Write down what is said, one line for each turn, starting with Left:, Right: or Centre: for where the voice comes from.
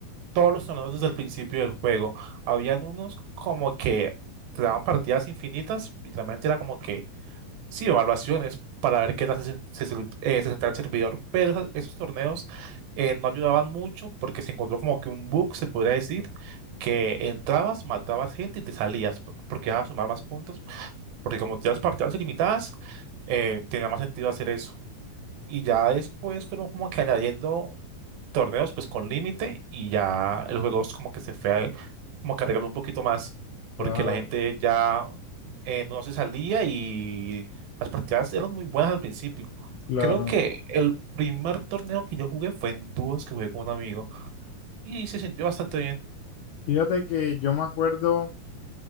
Right: todos los torneos desde el principio del juego. Habían unos como que te daban partidas infinitas, literalmente era como que, sí, evaluaciones para ver qué tal se, sen- se sel- eh, se sentía el servidor, pero esos, esos torneos eh, no ayudaban mucho porque se encontró como que un bug, se podría decir, que entrabas, matabas gente y te salías p- porque ibas a sumar más puntos, porque como tenías partidas ilimitadas, eh, tenía más sentido hacer eso. Y ya después fueron como que añadiendo torneos pues con límite y ya el juego es como que se fue a- como que arregló un poquito más porque
Left: Claro,
Right: la gente ya eh, no se salía y las partidas eran muy buenas al principio.
Left: claro.
Right: Creo que el primer torneo que yo jugué fue en dúos que jugué con un amigo y se sintió bastante bien.
Left: Fíjate que yo me acuerdo